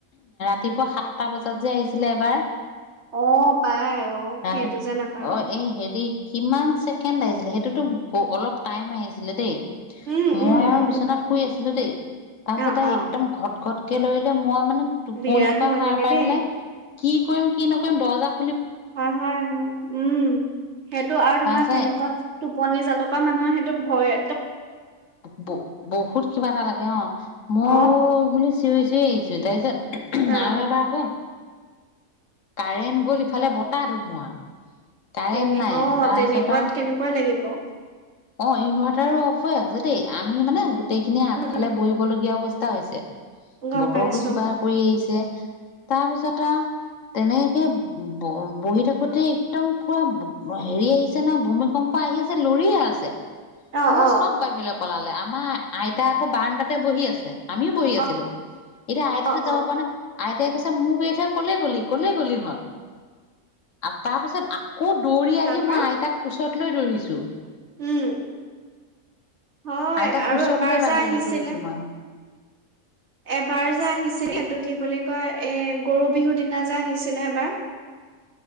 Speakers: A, on the left; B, on the right.
A: ৰাতিপুৱা সাতটা বজাত যে আহিছিলে এবাৰ
B: অ পাই অ
A: ৰাতি
B: সেইটো যে নাপাওঁ
A: অ এই হেৰি কিমান ছেকেণ্ড আহিছিলে সেইটোতো অলপ টাইম আহিছিলে দেই
B: উম,
A: মই
B: উম,
A: আৰু
B: উম,
A: বিচনাত শুই আছিলোঁ দেই তাৰপিছতে
B: অ', অ'
A: একদম ঘত ঘতকে লৰিলে মই মানে টোপনিৰ
B: বিৰাট
A: পৰা
B: ভয়
A: সাৰ
B: লাগে
A: পাই
B: দেই।
A: পেলাই কি কৰিম কি নকৰিম দৰ্জাখন
B: হয় হয় হয় উম সেইটো আৰু
A: তাৰপিছত
B: তোমাৰ তেনেকুৱা টোপনি জালৰ পৰা মানুহৰ সেইটো ভয়ে
A: ব বহুত কিবা এটা লাগে অ মই
B: অ'
A: বুলি চিঞৰিছেই যে
B: অ'
A: আৰু এবাৰ কম কাৰেণ্ট গ'ল ইফালে বতাহ ধুমুহা কাৰেণ্ট
B: তেনে
A: নাই
B: অ
A: তাৰপিছত
B: তেনেকুৱাত
A: আৰু
B: কেনেকুৱা লাগিব
A: অ ইনভাৰ্টাৰো অফ হৈ আছে দেই আমি মানে গোটেইখিনি আগফালে
B: উম,
A: কৰিবলগীয়া অৱস্থা তা হৈছে
B: গম
A: বতৰৰতো
B: পাইছো
A: কি বা কৰি আহিছে তাৰ পিছতত তেনেকে বহি থাকোতে একদম পুৰা হেৰি আহিছে না ভূমিকম্প আহি আছে লৰিয়ে আছে
B: অ', অ',
A: তাৰ চব বাহিৰত পলালে আমাৰ আইতা আকৌ বাৰণ্ডাতে বহি আছে আমিও বহি আছিলো।
B: অ',
A: এতিয়া আ আইতটো
B: অ',
A: যাব
B: অ'
A: পৰা নাই। এতিয়া কৈছে মোক এৰি থৈ ক'লৈ গলি? কলৈ গ'লি ইহঁত আৰু তাৰপিছত। আত দৌৰি
B: তাৰ
A: আহি
B: পৰা
A: মই আইতাক কোচত। কোলাত লৈ দৌৰিছো।
B: উম হয়
A: আইতাক
B: আৰু
A: কোচত
B: এবাৰ
A: লৈ বাহিৰলৈ
B: যে আহিছিলে।
A: দৌৰিছো মই
B: এবাৰ যে আহিছিলে টো কি বুলি কয় এ গৰু বিহুৰ দিনা যে আহিছিলে এবাৰ।